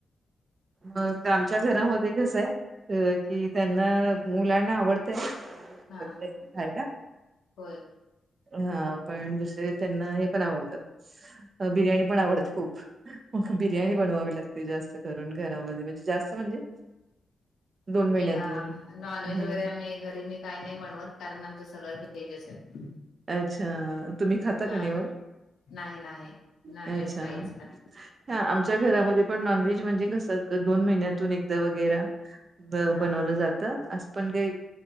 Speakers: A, on the right; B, on the left.
A: मग
B: चांग
A: आमच्या घरामध्ये कसं आहे. त कि त्यांना मुलांना आवडतंय
B: हा
A: खायला.
B: होय,
A: हा पण दुसरे त्यांना हे पण आवडतं, बिर्याणी पण आवडती खूप. मग बिर्याणी
B: होय
A: बनवावी लागते जास्त करून घरामध्ये, म्हणजे जास्त म्हणजे. दोन महिन्यातून
B: मी नॉनव्हेज
A: हा
B: वगैरे आम्ही घरी मी काही नाही बनवत, कारण आमचं सगळं व्हेजच आहे.
A: अच्छा! तुम्ही खाता का
B: हा
A: नाही मग
B: नाही नाही नॉनव्हेज
A: अच्छा.
B: काहीच खात
A: हं आमच्या घरामध्ये पण नॉनव्हेज म्हणजे कसं दोन महिन्यातून एकदा वगैरा. ब
B: हा
A: बनवलं जातं अस. पण काई